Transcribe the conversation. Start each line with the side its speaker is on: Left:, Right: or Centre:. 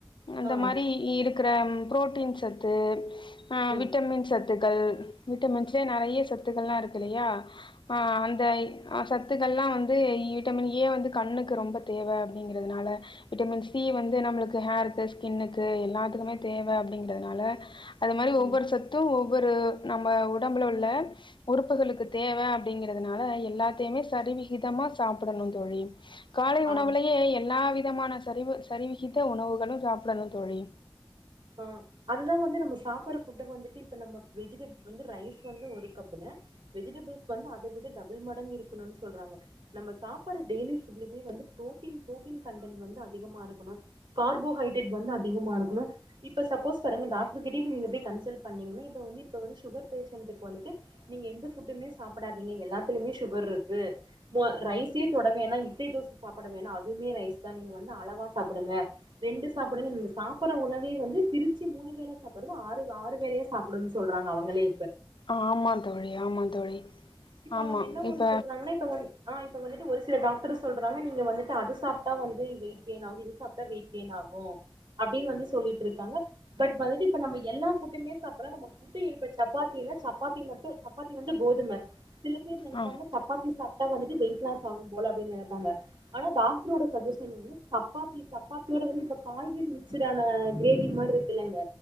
Left: அந்த
Right: ஆ
Left: மாதிரியிருக்கு இருக்குற புரோட்டீன் சத்து ஆஹ்
Right: ம்
Left: விட்டமின் சத்து சத்துக்கள் விட்டமின்ஸ்லயே நெறைய சத்துகள்லாயிருக்குயில்லையா ஆஹ் அந்த சத்துக்கள்லா வந்து விட்டமின் ஏ வந்து கண்ணுக்கு ரொம்ப தேவ அப்டிங்குறதுனால விட்டமின் சி வந்து நம்மளுக்கு ஹேருக்கு ஸ்கின்னுக்கு எல்லாத்துக்குமே தேவை அப்படிங்கதுனால அது மாதிரி
Right: ம்
Left: ஒவ்வொரு சத்தும் ஒவ்வொரு நம்ம உடம்புல உள்ள உறுப்புகளுக்கு தேவை அப்படிங்கறதனால எல்லாத்தையுமே சரிவிகிதமா சாப்பிடணும் தொழி காலை
Right: ஆம்
Left: உணவுலேயே எல்லா விதமான சரிவு சரிவிகித்த உணவுகளும் சாப்பிடணும் தொழி
Right: ஆஹ அதுதான் வந்து நம்ம சாப்படுற புட்டை வந்துட்டு இப்ப நம்ம வெஜிடபுல் வந்து ரைஸ் வந்து ஒரு கப்புன்ன வெஜிடபிள்ஸ் வந்து அதை விட டபுள் மடங்கு இருக்கணும்னு சொல்றாங்க நம்ம சாப்பிடடுற டெயலி ஃபுட்லமே வந்து ப்ரோட்டீன் ப்ரோட்டீன் கண்டன்ட் வந்து அதிகமா இருக்கணும் கார்போஹைட்ரேட் வந்து அதிகமா இருக்கணும் இப்ப சப்போஸ் பாருங்க டாக்டர் கிட்ட நீங்க போய் கன்சட் பன்னிங்கனா இப்ப வந்து இப்பவந்து சுகர் பேஷட்க்கு வந்துட்டு நீங்க எந்த புட்டுமே சாப்பிடாதீங்க எல்லாத்துலையுமே சுகர் இருக்கு ரைஸே தொட வேணா இட்லி தோசை சாப்பிட வேணா அதுமே ரைஸ் தான் நீங்க வ அளவா சாப்பிடுங்க ரெண்டு சாப்பிடு சாப்பற உணவே வந்து திருச்சி மூணு வேலை சாப்பிடுறது ஆறு ஆறு வேலையா சாப்பிடன்னனு சொல்றாங்க அவங்களே
Left: ஆமா தோழி ஆமா தோழி
Right: இப்ப
Left: ஆமா
Right: அவங்க என்ன ஊரு
Left: இப்ப
Right: சொல்றாங்கன்னா இப்பவந் ஆஹ இப்ப வந்துட்டு ஒரு சில டாக்டர் சொல்றாங்க நீங்க வந்துட்டு அது சாப்பிட்டா வந்து வெயிட் கெயின் ஆகும் இது சாப்பிட்டா வெயிட் கெயின் ஆகும் அப்படின்னு வந்து சொல்லிட்டு இருக்காங்க பட் வந்துட்டு இப்ப நம்ம எல்லா புட்டுமே சாப்ப நமபப்ப சப்பாத்தின்னா சப்பாத்தி மட்டும் சப்பாத்தி வந்து கோதுமை சில பேர் நைட்ல
Left: ஆ
Right: சப்பாத்தி சாப்ப வந்துட்டு வெயிட் லாஸ் ஆகும் போல அப்படின் நினைப்பாங்க ஆனா டாக்டரோட சஜன் என்ன்னா தப்பாத்தி தப்பாத்தியோட வ இப்ப காய்கறி மிக்ச்ட ஆான கிரேவி மாதிரி இருக்குல்லங்க